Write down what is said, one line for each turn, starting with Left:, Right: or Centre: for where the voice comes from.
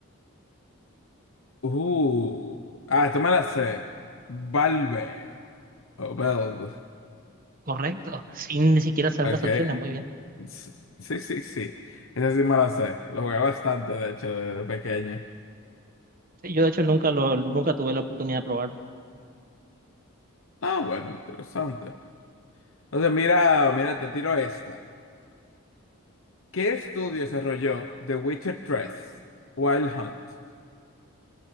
Left: Uh, ah, esto me la sé. Valve. O Valve.
Right: Correcto, <laughs> sin ni siquiera saber
Left: Ok.
Right: las opciones, muy bien.
Left: S- Sí, sí, sí. Esa sí me la sé. Lo jugué bastante, de hecho, desde pequeño.
Right: Sí, Yo de hecho nunca lo, nunca tuve la oportunidad de probarlo.
Left: Ah, bueno, interesante. Entonces, mira, mira, te tiro esta. ¿Qué estudio desarrolló The Witcher tres Wild Hunt.